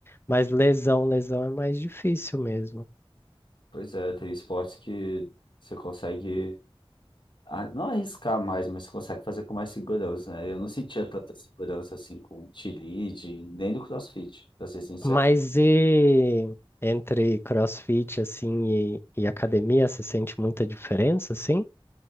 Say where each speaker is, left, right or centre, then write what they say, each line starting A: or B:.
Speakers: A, on the left; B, on the left.
A: Mas lesão, lesão é mais difícil mesmo.
B: Pois é, tem esportes que você consegue ah, não arriscar mais, mas você consegue fazer com mais segurança, né? Eu não sentia tanta segurança assim com cheerleading, nem no CrossFit, pra ser sincero.
A: Mas e entre CrossFit assim e, e academia, você sente muita diferença, assim?